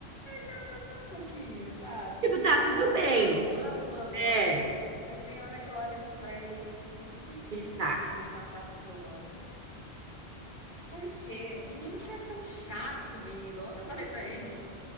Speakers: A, on the left (about 50°); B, on the right (about 55°).
A: Já passou um pouquinho, sabe?
B: Tipo,
A: Tipo,
B: tá
A: eu
B: tudo
A: amo,
B: bem.
A: amo, amo, amo,
B: É,
A: amo, mas tem hora que eu olho assim pra ele e penso assim: por
B: está.
A: que que eu fui me passar pro seu nome? Por quê? Menino, você é tão chato, menino. Ontem eu falei pra ele: